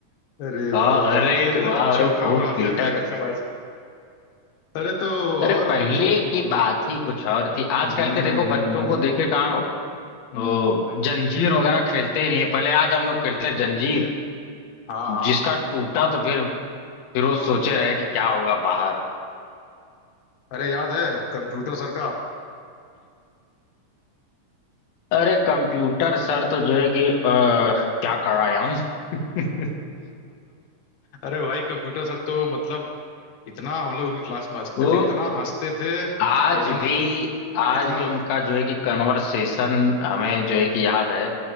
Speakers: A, on the left (about 85°); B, on the left (about 65°).
A: अरे
B: हाँ,
A: बाप
B: अरे
A: रे, जैसे
B: वाह
A: चोखा
B: अरे खूब
A: बनाते
B: पीटा
A: हैं बैगन
B: था
A: का वैसे अरे तो
B: अरे
A: और
B: पहले की बात ही कुछ और थी आजकल
A: हम्म हम्म
B: के देखो बच्चों
A: हम्म,
B: को देखे कहाँ हो
A: हम्म,
B: ओ, जंजीर वगैरह खेलते ही नहीं है पहले याद हम लोग खेलते हैं जंजीर
A: हाँ हाँ
B: जिसका टूटा तो फिर फिर वो सोचे रहे कि क्या होगा बाहर
A: अरे याद है कंप्यूटर सर का
B: अरे कंप्यूटर सर तो जो है कि अ, क्या कराया हूँ <laughs>
A: अरे भाई कंप्यूटर सर तो मतलब इतना हम लोग उनकी क्लास में हंसते
B: तो
A: थे इतना हंसते थे और
B: आज
A: इतना
B: भी आज
A: इतना
B: भी उनका जो है कि कन्वर्सेशन हमें जो है कि याद है